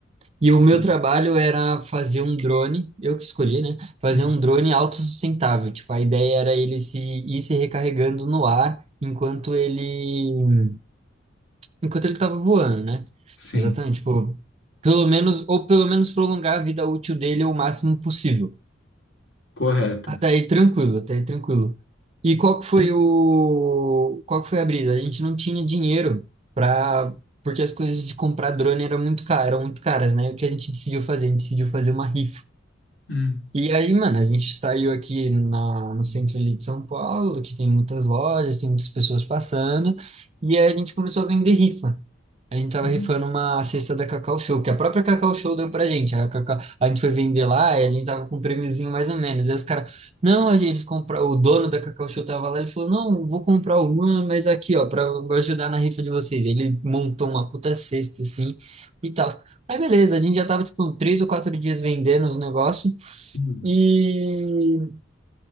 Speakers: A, on the right (about 30°); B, on the left (about 60°).
A: E
B: sim.
A: o meu trabalho era fazer um drone, eu que escolhi, né? Fazer
B: Hum,
A: um drone autossustentável, tipo, a ideia era ele se ir se recarregando no ar enquanto ele enquanto ele estava voando, né?
B: sim.
A: Exatamente, tipo, pelo menos ou pelo menos prolongar a vida útil dele o máximo possível.
B: Correta.
A: Até aí tranquilo, até aí tranquilo. E qual que foi o, qual que foi a brisa? A gente não tinha dinheiro para, porque as coisas de comprar drone eram muito caras, eram muito caras, né? E o que a gente decidiu fazer? A gente decidiu fazer uma rifa.
B: Hum,
A: E aí, mano, a gente saiu aqui na, no centro ali de São Paulo, que tem muitas lojas, tem muitas pessoas passando, e aí a gente começou a vender rifa. A gente tava
B: hum,
A: rifando uma cesta da Cacau Show, que a própria Cacau Show deu pra gente. A, Cacau- a gente foi vender lá e a gente tava com um prêmiozinho mais ou menos. Aí os caras, não, a gente, eles compra- o dono da Cacau Show tava lá, ele falou, não, eu vou comprar uma, mas aqui, ó, pra ajudar na rifa de vocês. Aí Ele montou uma puta cesta, assim, e tal. Aí beleza, a gente já tava, tipo, três ou quatro dias vendendo os negócios.
B: hum.
A: E